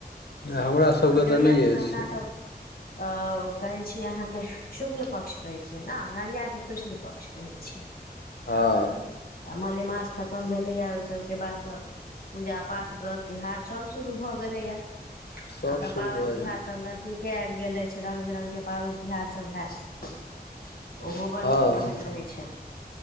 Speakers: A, on the left; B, on the left.
A: से
B: हमरा सबके
A: ईजोरिया
B: नहि
A: कऽ
B: अछि
A: तऽ अपनासभ अ कहैत छियै अहाँके शुक्ल पक्ष कहैत छियै न अनहरियाके कृष्ण पक्ष कहैत छियै
B: हँ
A: आ मलेमास खतम भेलैए ओहि सभके बाद तऽ पूजा पाठ व्रत तिहार सभ शुरू भऽ गेलैया
B: सब
A: आबतऽ
B: शुरू
A: पाबन
B: भऽ
A: तिहार सब नजदीके ह गेलै छै रंग बिरंगके पाबनि तिहार सब हैयत ओहो बड़
B: हँ
A: नीक लगैत रहैत छै